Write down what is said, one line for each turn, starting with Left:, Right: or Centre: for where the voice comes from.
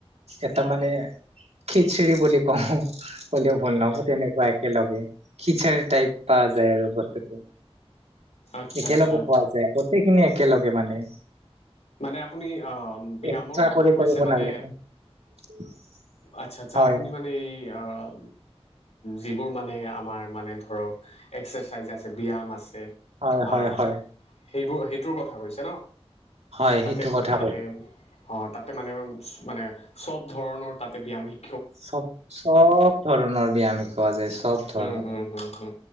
Right: এটা মানে খিচৰি বুলি কওঁ ক'লেও ভুল নহব তেনেকুৱা একেলগে। খিচাৰি টাইপ পাৱা যায় আৰু বস্তুটো।
Left: আচ্ছা
Right: একেলগে
Left: আচ্ছা
Right: পোৱা যায়, গোটেইখিনি একেলগে মানে।
Left: মানে আপুনি আহ ব্যায়ামৰ
Right: এক্সট্ৰা
Left: কথা
Right: কৰি
Left: কৈছে
Right: কৰিব
Left: মানে
Right: নালাগে <unintelligible>
Left: আচ্ছা আচ্ছা
Right: হয়
Left: আপুনি মানে এই আহ যিবোৰ মানে আমাৰ মানে ধৰক এক্সাৰচাইজ আছে ব্যায়াম আছে।
Right: হয় হয়
Left: আহ
Right: হয়
Left: সেইবো সেইটোৰ কথা কৈছে ন?
Right: হয়
Left: তাতে
Right: সেইটো
Left: গ
Right: কথা
Left: মানে
Right: কৈছো
Left: অ তাতে মানে মানে চব ধৰণৰ তাতে ব্যায়াম শি
Right: চব চব ধৰণৰ ব্যায়াম শিকোৱা যায় চব ধৰণৰ
Left: উম হুম হুম হুম